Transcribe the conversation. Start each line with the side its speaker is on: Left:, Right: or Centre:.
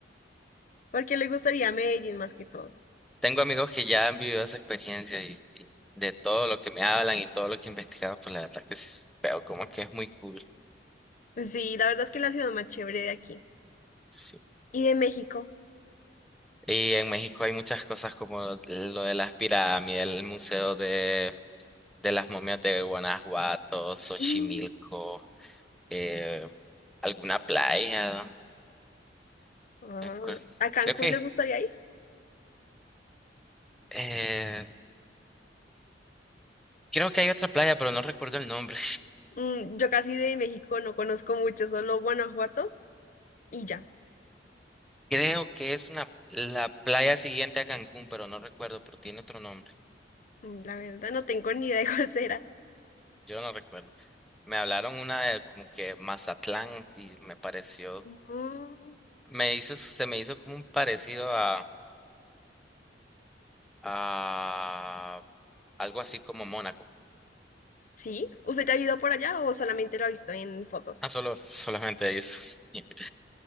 Left: Porque le gustaría Medellín más que todo.
Centre: Tengo amigos que ya han vivido esa experiencia y, y de todo lo que me hablan y todo lo que he investigado pues la verdad que sí, pero como que es muy cool.
Left: Sí, la verdad es que es la ciudad más chévere de aquí.
Centre: Sí.
Left: ¿Y de México?
Centre: Y en México hay muchas cosas como lo de las pirámides, el museo de, de las momias de Guanajuato, Xochimilco,
Left: Mm,
Centre: eh, alguna playa. ¿no?
Left: ah,
Centre: Me acuer-
Left: ¿A Cancún
Centre: Creo que
Left: le gustaría ir?
Centre: eh, creo que hay otra playa, pero no recuerdo el nombre.
Left: Mm, yo casi de México no conozco mucho, solo Guanajuato y ya.
Centre: <laughs> Creo que es una la playa siguiente a Cancún, pero no recuerdo, pero tiene otro nombre.
Left: Mm, La verdad no tengo ni idea de cuál será.
Centre: Yo no recuerdo. Me hablaron una de como que Mazatlán y me pareció,
Left: Mm,
Centre: me hizo, se me hizo como un parecido a, a algo así como Mónaco.
Left: ¿Sí? ¿Usted ya ha ido por allá o solamente lo ha visto en fotos?
Centre: Ah, solo, solamente eso. <laughs>